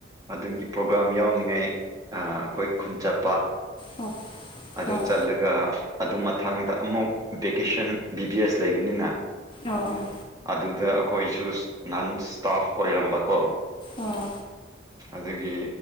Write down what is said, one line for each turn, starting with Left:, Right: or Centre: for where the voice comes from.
Right: ꯑꯗꯨꯒꯤ ꯄ꯭ꯔꯣꯒꯥ꯭ꯔꯥꯝ ꯌꯥꯎꯅꯤꯡꯉꯥꯏ ꯑꯩꯈꯣꯏ ꯈꯨꯟ ꯆꯠꯄ
Left: ꯑꯣ
Right: ꯑꯗꯨ
Left: ꯑꯣ
Right: ꯆꯜꯂꯒ ꯑꯗꯨ ꯃꯊꯥꯡꯗ ꯑꯃꯨꯛ ꯚꯦꯀꯦꯁꯟ ꯕꯤ ꯕꯤ ꯑꯦꯁ ꯂꯩꯕꯅꯤꯅ
Left: ꯑꯣ ꯑꯣ
Right: ꯑꯗꯨꯗ ꯑꯩꯈꯣꯏꯁꯨ ꯅꯟ ꯏꯁꯇꯥꯐ ꯑꯣꯏꯔꯝꯕꯀꯣ
Left: ꯑꯣ
Right: ꯑꯗꯨꯒꯤ